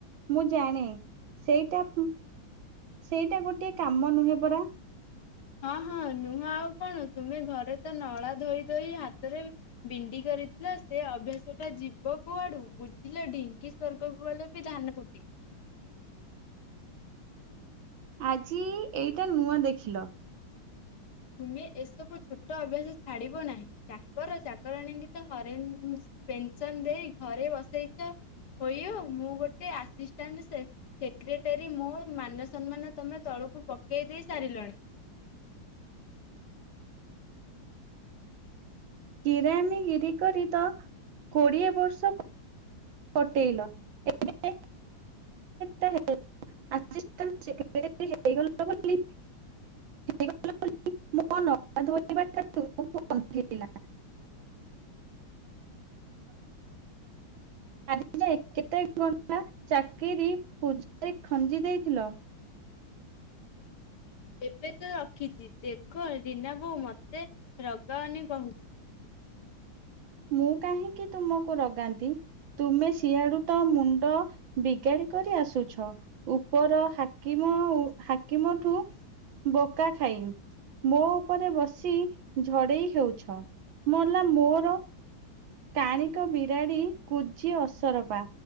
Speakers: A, on the right; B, on the left.
A: ମୁଁ ଜାଣେ ସେଇଟା ଉଁ ସେଇଟା ଗୋଟେ କାମ ନୁହେଁ ପରା।
B: ହଁ ହଁ ନୁହଁ ଆଉ କଣ ତୁମେ ଘରେ ତ ନଳା ଧୋଇ ଧୋଇ ହାତରେ ବିଣ୍ଡି କରିଥିଲ ସେ ଅଭ୍ୟାସଟା ଯିବ କୁଆଡୁ ବୁଝିଲ ଢିଙ୍କି ସ୍ଵର୍ଗକୁ ଗଲେ ବି ଧାନ କୁଟେ।
A: ଆଜି ଏଇଟା ନୂଆ ଦେଖିଲ।
B: ତୁମେ ଏସବୁ ଛୋଟ ଅଭ୍ୟାସ ଛାଡ଼ିବ ନାହିଁ ଚାକର ଚାକରାଣୀଙ୍କି ତ ହରେନ୍ ପେନସନ ଦେଇ ଘରେ ବସେଇଛ। ହୋଇଅ ମୁଁ ଗୋଟେ ଆସିଷ୍ଟାଣ୍ଟ ସେକ୍ରେଟେରୀ ମୋ ମାନସମ୍ମାନ ତମେ ତଳୁକୁ ପକେଇ ଦେଇ ସାରିଲଣି।
A: କିରାନୀଗିରି କରି ତ କୋଡିଏ ବର୍ଷ କଟେଇଲ ଏବେ <inaudible> ଆସିଷ୍ଟାଣ୍ଟ ସେକ୍ରେଟାରୀ ହେଇଗଲ ବୋଲି ହେଇଗଲ ବୋଲି ମୋ ନଳା ଧୋଇବାଟା ତୁମକୁ ଗନ୍ଧେଇଲା <inaudible> ଆଜି ଯାଏଁ କେତେ ଗଣ୍ଡା ଚାକିରି ପୂଜାରୀ ଖଞ୍ଜି ଦେଇଥିଲ?
B: ଏବେ ତ ରଖିଚି ଦେଖ ରୀନା ବୋଉ ମତେ ରଗାଉନି କହୁଚି।
A: ମୁଁ କାହିଁକି ତୁମକୁ ରଗାନ୍ତି ତୁମେ ଶିଆଡୁ ତ ମୁଣ୍ଡ ବିଗାଡ଼ି କରି ଆସୁଛ। ଉପର ହାକିମ ହାକିମଠୁ ବକା ଖାଇ ମୋ ଉପରେ ବସି ଝଡେଇ ହେଉଛ ମଲା ମୋର କାଣିକ ବିରାଡ଼ି କୁଜି ଅସରପା